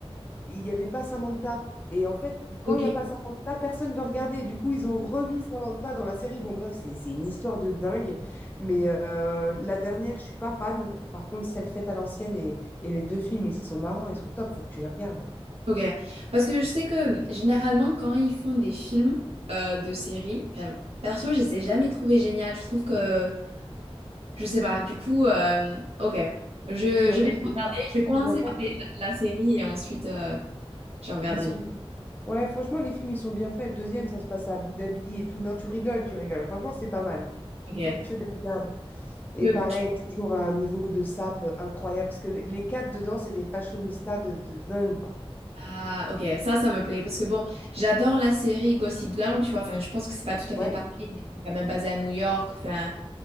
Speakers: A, on the left; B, on the right.
A: il n'y avait pas Samantha. Et en fait, quand
B: Ok.
A: il n'y a pas Samantha, personne ne veut regarder. Du coup, ils ont remis Samantha dans la série. Bon, bref, c'est c'est une histoire de dingue. Mais euh, la dernière, je suis pas fan. Par contre, celle faite à l'ancienne et, et les deux films, ils sont marrants, ils sont top. Faut que tu les regardes.
B: Ok. Parce que je sais que généralement, quand ils font des films euh, de séries, enfin, perso, je les ai jamais trouvés géniales. Je trouve que, je sais pas. Du coup, euh, ok. Je,
A: Non,
B: je vais
A: ils
B: le
A: sont-
B: regarder. Je vais
A: ils
B: commencer
A: sont bien
B: par
A: faits.
B: les- la, la série et ensuite, euh, je regarderai.
A: Ils sont... Ouais, franchement, les films, ils sont bien faits. Le deuxième, ça se passe à Abu Dhabi et tout. Non, tu rigoles, tu rigoles. Franchement, c'est pas mal.
B: Ouais,
A: Il faut que tu les regardes. Et
B: Ok.
A: pareil, toujours un niveau de sap euh, incroyable. Parce que les les quatre dedans, c'est des fashionistas de, de dingue, quoi.
B: Ah, ok, ça, ça me plaît. Parce que bon, j'adore la série Gossip Girl, tu vois. Enfin, je pense que c'est pas tout à fait
A: Ouais,
B: pareil, mais c'est quand même basé à New York. Enfin,